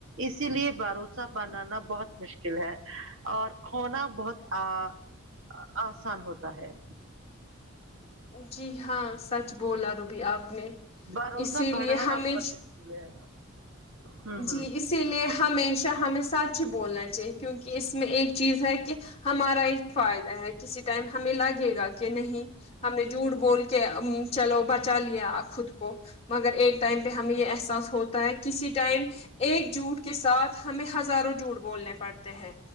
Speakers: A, on the right; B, on the left.
A: اسی لیے بھروسہ بنانا بہت مشکل ہے اور کھونا بہت آ آسان ہوتا ہے
B: جی ہاں سچ بولا روبی آپ نے
A: بھروسہ
B: اسی
A: بڑھانا
B: لیے ہمیں
A: بہت مشکل ہے ہوں
B: جی
A: ہوں
B: اسی لیے ہمیشہ ہمیں سچ ہی بولنا چاہیے کیونکہ اس میں ایک چیز ہے کہ ہمارا یہ فائدہ ہے کسی ٹائم ہمیں لگے گا کہ نہیں ہم نے جھوٹ بول کے چلو بچا لیا خود کو مگر ایک ٹائم پہ ہمیں یہ احساس ہوتا ہے کسی ٹائم ایک جھوٹ کے ساتھ ہمیں ہزاروں جھوٹ بولنے پڑتے ہیں